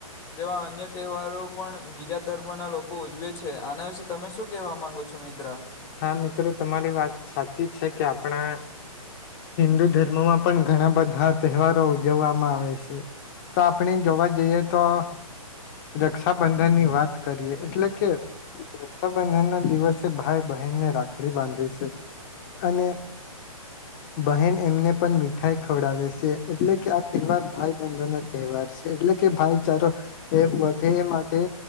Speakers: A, on the left; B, on the left.
A: જેવા અન્ય તહેવારો પણ બીજા ધર્મ ના લોકો ઉજવે છે આના વિશે તમે શું કેહેવા માંગો છો મિત્ર
B: હા મિત્રો તમારી વાત સાચી છે કે આપણા હિન્દુ ધર્મમાં પણ ઘણા બધા તહેવારો ઉજવવામાં આવે છે તો આપણે જોવા જઈએ તો રક્ષાબંધનની વાત કરીએ એટલે કે રક્ષાબંધન ના દિવસે ભાઈ બનને રાખડી બાંધે છે અને બહેન એમને પણ મીઠાઈ ખવડાવે છે એટલે કે આ તહેવાર ભાઈ બંધો ના તહેવાર છે એટલે કે ભાઈચારો એ વધે એ માટે